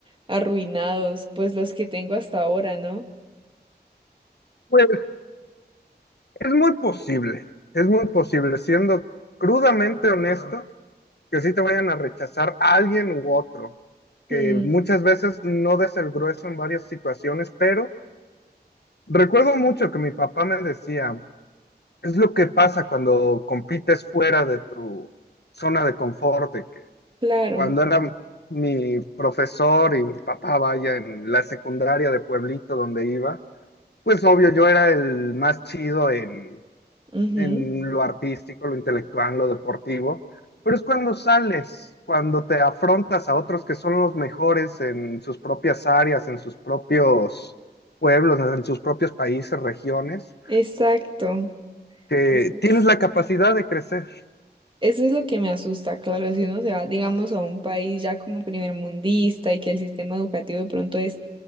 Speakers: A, on the right (about 30°); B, on the left (about 70°).
A: arruinados, pues los que tengo hasta ahora, ¿no?
B: Pues es muy posible, es muy posible, siendo crudamente honesto, que sí te vayan a rechazar a alguien u otro, que
A: Mm,
B: muchas veces no des el grueso en varias situaciones, pero recuerdo mucho que mi papá me decía, es lo que pasa cuando compites fuera de tu zona de confort, de que
A: claro.
B: cuando era mi profesor y mi papá, vaya, en la secundaria de pueblito donde iba, pues obvio, yo era el más chido en,
A: ujú,
B: en lo artístico, lo intelectual, lo deportivo, pero es cuando sales, cuando te afrontas a otros que son los mejores en sus propias áreas, en sus propios pueblos, en sus propios países, regiones,
A: Exacto.
B: que
A: Eso
B: tienes
A: es.
B: la capacidad de crecer.
A: Eso es lo que me asusta, claro, si uno se va, digamos, a un país ya como primermundista y que el sistema educativo de pronto es